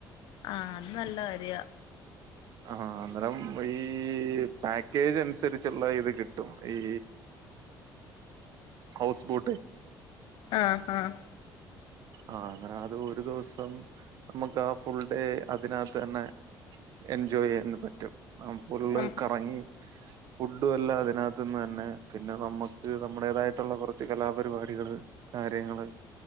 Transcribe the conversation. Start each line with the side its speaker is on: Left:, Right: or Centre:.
Left: ആഹ് അത് നല്ലകാര്യാ.
Right: ആഹ് അന്നേരം ഈ പാക്കേജ് അനുസരിച്ചുള്ള ഇത് കിട്ടും ഈ
Left: <inaudible>
Right: ഹൗസ് ബോട്ടേ
Left: ആഹ് ആഹ്
Right: ആഹ് അങ്ങനെ അത് ഒരു ദിവസം മ്മക്ക് ആ ഫുൾ ഡേ അതിനാത്ത് തന്നെ എൻജോയ് ചെയ്യാൻ പറ്റും. ഫുള്ള്
Left: നം
Right: കറങ്ങി
Left: <inaudible>
Right: ഫുഡും എല്ലാ അതിനകത്തുന്ന് തന്നെ പിന്നെ നമ്മുക്ക് നമ്മുടേതായിട്ടുള്ള കുറച്ച് കലാപരിപാടികള് കാര്യങ്ങള്